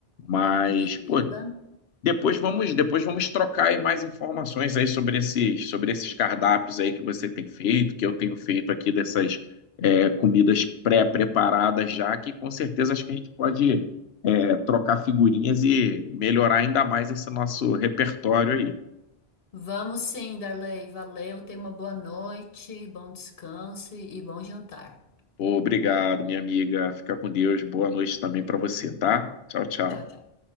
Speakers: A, on the left (about 75°); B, on the left (about 60°).
A: mas
B: beleza?
A: pô, depois vamos depois vamos trocar aí mais informações aí sobre esses sobre esses cardápios aí que você tem feito, que eu tenho feito aqui dessas é, comidas pré-preparadas já, que com certeza acho que a gente pode trocar figurinhas e melhorar ainda mais esse nosso repertório aí.
B: Vamos sim, Darley. Valeu, tenha uma boa noite, bom descanso e e bom jantar.
A: Pô, obrigado, minha amiga. Fica com Deus. Boa noite também para você, tá? Tchau, tchau.
B: Tchau, tchau.